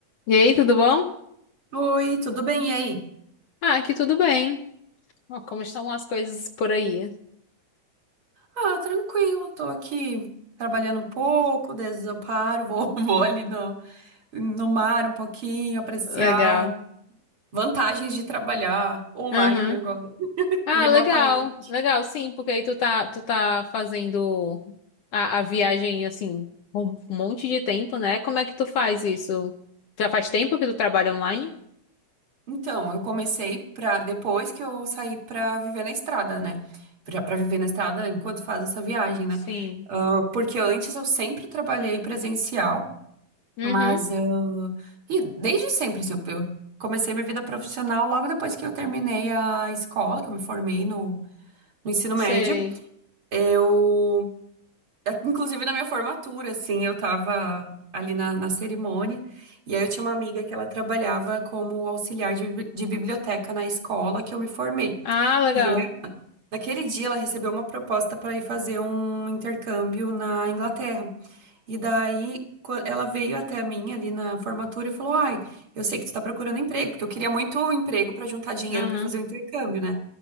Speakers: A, on the left; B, on the right.
A: E aí, tudo bom?
B: Oi, tudo bem? E aí?
A: Ah, aqui tudo bem. Ó, como estão as coisas por aí?
B: Ah, tranquilo, tô aqui trabalhando um pouco, daí às vezes eu paro, vou, <laughs> vou ali no, no mar um pouquinho, apreciar
A: Legal.
B: vantagens de trabalhar online
A: Aham.
B: agora, <laughs>
A: Ah,
B: remotamente.
A: legal. Legal, sim, porque aí tu tá, tu tá fazendo a, a viagem, assim, um monte de tempo, né? Como é que tu faz isso? Já faz tempo que tu trabalha online?
B: Então, eu comecei pra, depois que eu saí pra viver na estrada, né? Pra, pra viver na estrada enquanto faz essa viagem, né?
A: Sim.
B: Ah, porque antes eu sempre trabalhei presencial.
A: Uhum,
B: Mas eu. E desde sempre, assim, eu eu comecei minha vida profissional logo depois que eu terminei a escola, que eu me formei no, no ensino
A: sei.
B: médio. Eu. eh, Inclusive na minha formatura, assim, eu tava ali na, na cerimônia. E aí eu tinha uma amiga que ela trabalhava como auxiliar de, bibli- de biblioteca na escola que eu me formei.
A: Ah, legal.
B: E eh, naquele dia ela recebeu uma proposta para ir fazer um intercâmbio na Inglaterra. E daí qua- ela veio até mim ali na formatura e falou: "Ai, eu sei que tu tá procurando emprego, porque eu queria muito um emprego pra juntar dinheiro
A: Aham.
B: pra fazer o intercâmbio, né?"